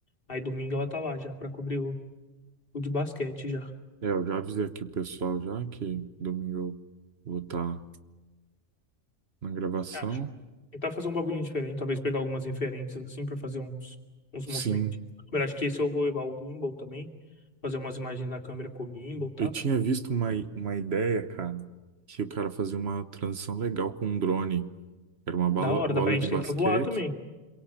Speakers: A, on the left; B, on the right.
A: Aí domingo ela tá lá já pra cobrir o, o de basquete já.
B: É, eu já avisei aqui o pessoal já que domingo eu vou estar na gravação.
A: Eu Acho. Tentar fazer um bagulhinho diferente, talvez pegar algumas referências assim pra fazer uns, uns
B: Sim.
A: movimentos. Eu acho que esse eu vou levar o gimbal também, fazer umas imagens da câmera com o gimbal, tá?
B: Eu tinha visto uma, i- uma ideia, cara, que o cara fazia uma transição legal com um drone. Era uma bola,
A: Da hora,
B: bola
A: dá pra gente
B: de basquete,
A: tentar voar também.